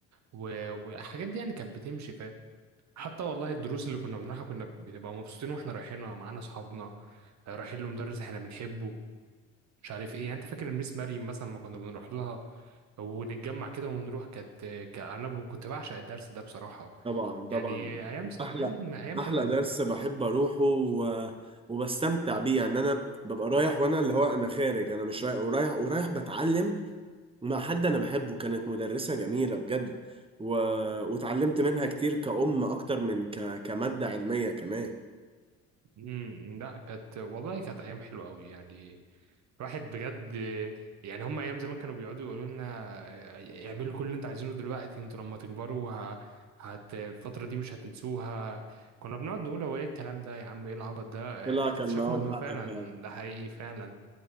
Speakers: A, on the right (about 55°); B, on the right (about 15°).
A: و- والحاجات دي يعني كانت بتمشي فاهم حتى والله الدروس اللي كنا بنروحها كنا بنبقى مبسوطين واحنا رايحينها معانا اصحابنا آه، رايحين لمدرس احنا بنحبه مش عارف ايه يعني انت فاكر الميس مريم مثلا ما كنا بنروح لها ونتجمع كده ونروح كانت ك- انا كنت بعشق الدرس ده بصراحة
B: طبعا
A: يعني
B: طبعا
A: ايام س... ايام
B: أحلى
A: أيام
B: أحلى
A: حلوة قوي
B: درس بحب أروحه و... وبستمتع بيه يعني أنا ببقى رايح وأنا اللي هو أنا خارج أنا مش رايح ورايح ورايح بتعلم مع حد أنا بحبه كانت مدرسة جميلة بجد و... واتعلمت منها كتير كأم أكتر من ك... كمادة علمية كمان
A: امم لا كانت والله كانت ايام حلوة قوي يعني الواحد بجد يعني هم ايام زمان كانوا بيقعدوا يقولوا لنا اعملوا كل اللي انتوا عايزينه دلوقتي انتوا لما تكبروا ه... هت الفترة دي مش هتنسوها كنا بنقعد نقول هو ايه الكلام ده يا عم ايه العبط ده
B: طلع
A: اكتشفنا
B: كان معاهم
A: ان
B: حق
A: هو فعلا
B: فعلا
A: ده حقيقي فعلا